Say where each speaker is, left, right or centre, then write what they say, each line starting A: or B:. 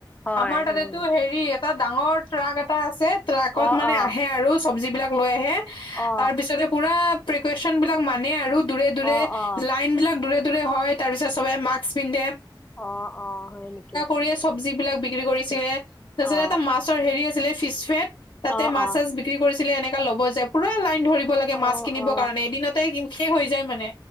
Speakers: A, on the left; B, on the left.
A: হয়
B: আমাৰ তাতেটো
A: উম
B: হেৰি এটা ডাঙৰ ট্ৰাক এটা আছে ট্ৰাকত
A: অ
B: মানে
A: অ
B: আহে আৰু শ্বব্জীবিলাক লৈ আহে
A: অ
B: তাৰপিছতে পুৰা প্ৰেকুৱেচন বিলাক মানে আৰু দূৰে দূৰে
A: অ অ
B: লাইন বিলাক দুৰে দূৰে হয়। তাৰপিছত সবে মাস্ক পিন্ধে।
A: অ অ হয় নেকি?
B: পৰীয়া শ্বব্জীবিলাক বিক্ৰী কৰিছিলে, তাৰপিছতে
A: অ
B: এটা মাছৰ হেৰি আছিলে ফিচ ফেট তাতে
A: অ
B: মাছ
A: অ
B: চাছ বিক্ৰী কৰিছিলে এনেকা ল'ব যায় পুৰা লাইন ধৰি লাগে
A: অ
B: মাছ কিনিবৰ
A: অ
B: কাৰণে এদিনতে কিন শেষ হৈ যায় মানে।